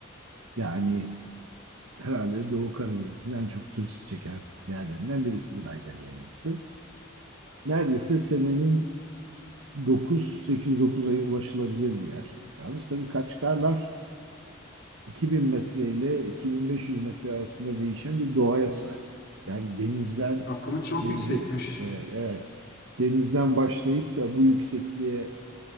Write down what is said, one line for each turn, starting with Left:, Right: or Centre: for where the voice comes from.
Right: yani herhalde Doğu Karadeniz'in en çok turist çeken yerlerinden birisidir Ayder Yaylası. Neredeyse senenin 9, 8-9 ayı ulaşılabilir bir yer. Yalnız tabii Kaçkarlar 2000 metre ile 2500 metre arasında değişen bir doğaya sahip. Yani denizden
Left: Hakkımız çok
Right: denizi
Left: yüksekmiş.
Right: evet, evet denizden başlayıp da bu yüksekliğe